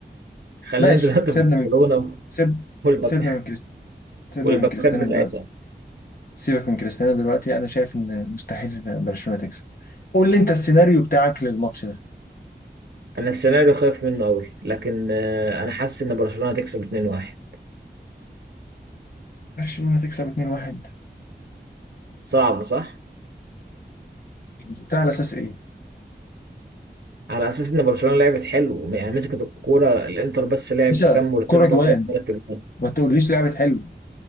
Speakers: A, on the right; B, on the left.
A: خلينا
B: ماشي
A: دلوقتي
B: سيبنا
A: في برشلونة
B: من سيب
A: والباك
B: سيبنا من كريست سيبنا
A: والباكات
B: من كريستيانو
A: بتاعتها
B: دلوقتي سيبك من كريستيانو دلوقتي انا شايف ان مستحيل برشلونة تكسب قول لي انت السيناريو بتاعك للماتش ده
A: انا السيناريو خايف منه قوي لكن آه، انا حاسس ان برشلونة هتكسب 2-1
B: برشلونة تكسب 2-1
A: صعب صح
B: بتاع على اساس ايه؟
A: على اساس ان برشلونه لعبت حلو يعني مسكت الكوره الانتر بس لعب
B: باشا
A: كام مرتده
B: كرة جوان
A: جاب ثلاث اجوان
B: ما تقوليش لعبة حلو